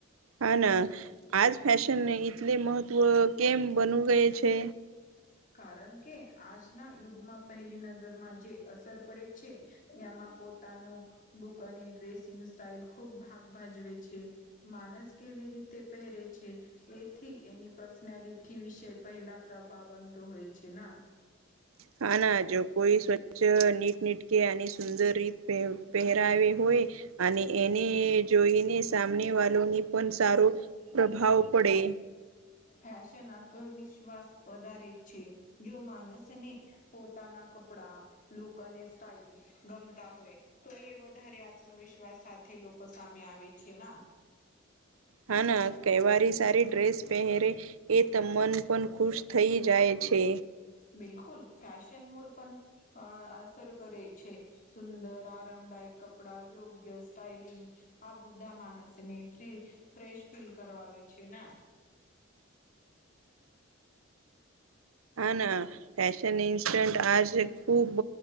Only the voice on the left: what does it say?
કારણ કે આજના યુગમાં પહેલી નજરમાં જે અસર પડે છે, એમાં પોતાનું દુકાને ડ્રેસિંગ સ્ટાઈલ ખુબ ભાગ ભાજવે છે, માનસ કેવી રીતે પહેરે છે, એથી એની પર્સનાલિટી વિશે પહેલા પ્રભાવ બનતો હોય છે ના,
ફેશન આત્મવિશ્વાસ વધારે છે જો માણસને પોતાના કપડા લોકોને સ્ટાઇલ ગમતા હોય તો એ વધારે આત્મવિશ્વાસ સાથે લોકો સામે આવે છે ના
બિલકુલ ફેશન મૂડ પણ અ અસર કરે છે, સુંદર આરામદાયક કપડા યોગ્ય સ્ટાઇલિંગ આ બુઢા માણસ ને ફ ફ્રેશ ફીલ કરવાવે છે ને,